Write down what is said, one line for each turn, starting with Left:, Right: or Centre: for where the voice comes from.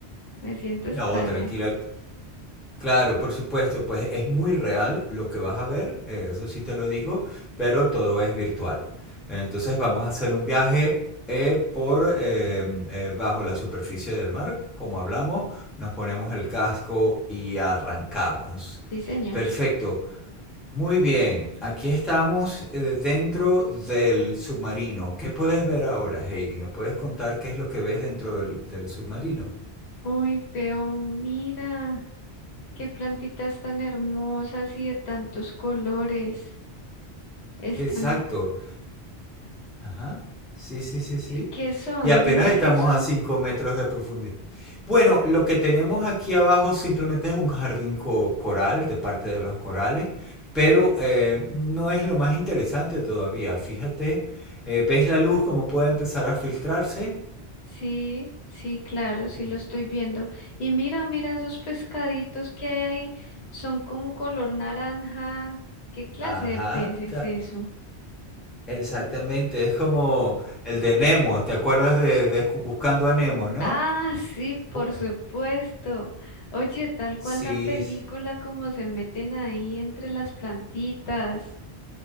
Left: Me siento extraña.
Centre: No, tranquila, Claro, por supuesto, pues es muy real lo que vas a ver, eh, eso sí te lo digo, pero todo es virtual. Entonces vamos a hacer un viaje eh, por eh, eh, bajo la superficie del mar, como hablamos, nos ponemos el casco y arrancamos.
Left: Sí, señor.
Centre: Perfecto. Muy bien, aquí estamos eh, dentro del submarino. ¿Qué puedes ver ahora, Heidi? ¿Me puedes contar qué es lo que ves dentro del, del submarino?
Left: Uy, veo, mira, qué plantitas tan hermosas y de tantos colores. Están,
Centre: Exacto. Ajá. Sí, sí, sí, sí.
Left: eh, ¿qué son?
Centre: Y apenas
Left: Dime
Centre: estamos
Left: qué son.
Centre: a 5 metros de profundidad. Bueno, lo que tenemos aquí abajo simplemente es un jardín co- coral de parte de los corales, pero eh, no es lo más interesante todavía. Fíjate, eh, ¿ves la luz cómo puede empezar a filtrarse?
Left: Sí, sí, claro, sí
Centre: Mm.
Left: lo estoy viendo. Y mira, mira esos pescaditos que hay ahí. Son como color naranja. ¿Qué clase
Centre: Ajá,
Left: de pez es
Centre: ta-
Left: eso?
Centre: exactamente.
Left: <laughs>
Centre: Es como el de Nemo. ¿Te acuerdas de, de Buscando a Nemo, no?
Left: Ah, sí, por
Centre: Bu-
Left: supuesto. Oye, tal
Centre: Sí,
Left: cual la película, como se meten ahí entre las plantitas.